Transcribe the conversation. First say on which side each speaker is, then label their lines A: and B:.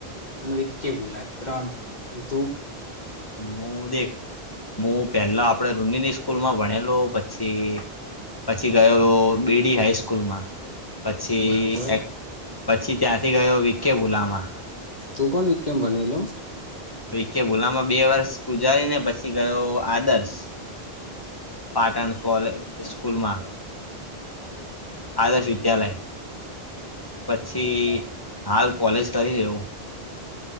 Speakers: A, on the left; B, on the left.
A: અને બોલા ત્રણ ધુ
B: મુ દે મુ પેલા આપડે રૂનીની સ્કૂલમાં ભણેલો પછી પછી ગયો બેડી હાઈસ્કૂલમાં પછી
A: બરોબર
B: એક પછી ત્યાંથી ગયો વીકેભુલામાં
A: તું પણ વિકેમ ભણેલો
B: વિકે ભુલામાં બે વર્ષ ગુજારી ને પછી ગયો આદર્શ પાટણ કોલે સ્કૂલમાં આદર્શ વિદ્યાલય અને પછી હાલ કોલેજ કરી રહ્યો